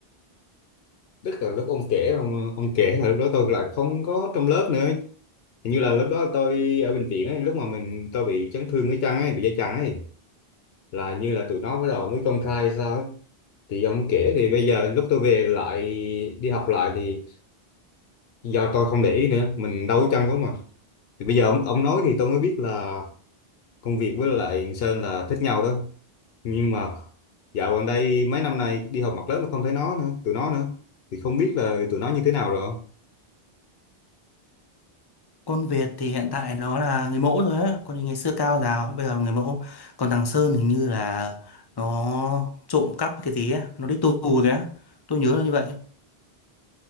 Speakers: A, on the left; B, on the left.
A: tức là lúc ông kể ông ông kể là lúc đó tôi lại không có trong lớp nữa hình như là lúc đó tôi ở bệnh viện ấy lúc mà mình tôi bị chấn thương cái chân ấy bị dây chằng ấy là như là tụi nó bắt đầu mới công khai sao ấy thì ông kể thì bây giờ lúc tôi về lại đi học lại thì do tôi không để ý nữa mình đâu có chăng quá mà thì bây giờ ông, ông nói thì tôi mới biết là công việc với lại thằng Sơn là thích nhau đó nhưng mà dạo gần đây mấy năm nay đi học mặt lớp mà không thấy nó nữa tụi nó nữa thì không biết là tụi nó như thế nào rồi
B: Con Việt thì hiện tại nó là người mẫu rồi á, còn thì ngày xưa cao giáo, bây giờ là người mẫu. Còn thằng Sơn hình như là nó trộm cắp cái gì á, nó đi tù rồi á. Tôi nhớ là như vậy.